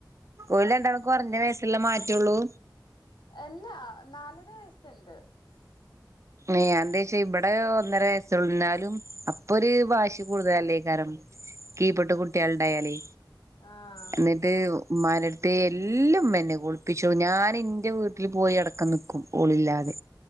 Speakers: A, on the right; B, on the left.
A: ഓല് രണ്ടാളും കൊർഞ്ഞ വയസ്ള്ള മാറ്റാെള്ളൂ
B: അല്ലാ നാലര വയസ്ണ്ട്
A: എഹ് എന്തായ്ച്ച ഇവടെ ഒന്നര വയസ്സാള്ളൂ ഇന്നാലും അപ്പൊ ഒര് വാശി കൂടുതലല്ലേക്കാരം കീപ്പട്ട്
B: ഉം
A: കുട്ട്യാള്ണ്ടായാലെ
B: ആഹ്
A: എന്നിട്ട് ഇമ്മാന്റെട്ത്തേ എല്ലുമ്മെന്നെ കുളിപ്പിച്ചും ഞാന് ഇന്റെ വീട്ടില് പോയി അടക്കം നിക്കും ഓളില്ലാതെ